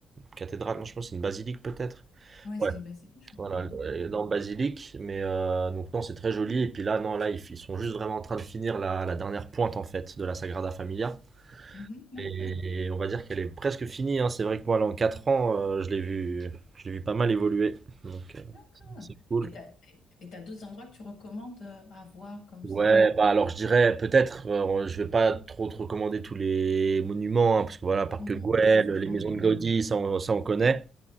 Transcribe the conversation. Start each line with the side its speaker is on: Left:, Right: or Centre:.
Right: cathédrale. Non, je pense que c'est une basilique peut-être.
Left: Oui, c'est
Right: Ouais.
Left: une bassine, je crois.
Right: Voilà,
Left: hein.
Right: l'énorme
Left: Ouais.
Right: basilique. Mais euh, donc non, c'est très joli. Et puis là, non, là, ils, ils sont juste vraiment en train de finir la, la dernière pointe en fait de la Sagrada Familia.
Left: Mhm, D'accord.
Right: Et on va dire qu'elle est presque finie. hein. C'est vrai que moi, là, en 4 ans, euh, je l'ai vu, je l'ai vu pas mal évoluer. Donc, euh,
Left: D'accord.
Right: c'est cool.
Left: Et t'as, et t'as d'autres endroits que tu recommandes euh, à voir comme
Right: Ouais,
Left: ça?
Right: bah alors je dirais peut-être, euh, je vais pas trop te recommander tous les monuments, hein, parce que voilà, Parc
Left: Mhm.
Right: Güell,
Left: Ouais, il faut changer,
Right: les maisons de
Left: ouais.
Right: Gaudi, ça on, ça on connaît,